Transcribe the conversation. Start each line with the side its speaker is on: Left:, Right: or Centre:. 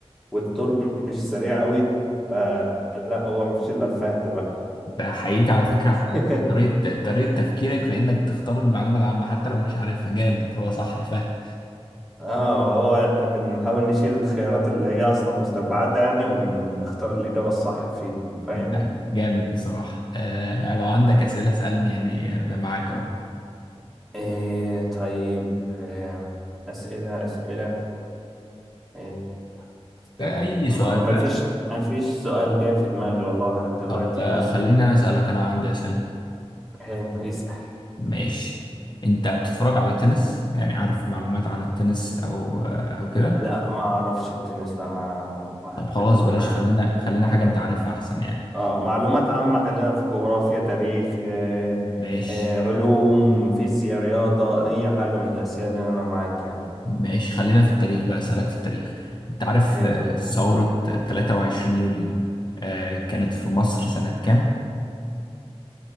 Centre: والثور مش سريع قوي فلا هو مفيش الا الفهد بقى
Left: بحييك على فكرة على
Centre: <laughs>
Left: طريقة طريقة تفكيرك في إنك تختار المعلومة العامة حتى لو مش عارفها جامد هو صح الفهم
Centre: اه وهو احنا بنحاول نشيل الخيارات اللي هي اصلا مستبعدة يعني ونختار الإجابة الصح فيهم فاهم
Left: لا، جامد بصراحة آه لو عندك أسئلة اسألني يعني أنا معاك أهو
Centre: إيه طيب إيه أسئلة أسئلة إيه استنى
Left: آه، أي
Centre: ما
Left: سؤال
Centre: هو مفيش
Left: بقى
Centre: مفيش سؤال جاي في دماغي والله لحد دلوقتي
Left: طب آه
Centre: بس
Left: خليني أنا أسألك أنا عندي أسئلة
Centre: حلو اسأل
Left: ماشي أنت بتتفرج على التنس يعني عارف معلومات على التنس أو آه، أو كده
Centre: لا ما اعرفش التنس لا ما ما حبيته
Left: طب خلاص بلاش
Centre: ما
Left: خلينا خلينا حاجة أنت عارفها أحسن يعني
Centre: اه معلومات عامة خلينا في جغرافيا تاريخ آه
Left: ماشي
Centre: آه علوم فيزياء رياضة اي حاجة من الاسئلة دي انا معاك يعني
Left: ماشي خلينا في التاريخ بقى أسألك في التاريخ أنت عارف
Centre: حلو
Left: آه،
Centre: التاريخ
Left: ثورة 23 يوليو آه، كانت في مصر سنة كام؟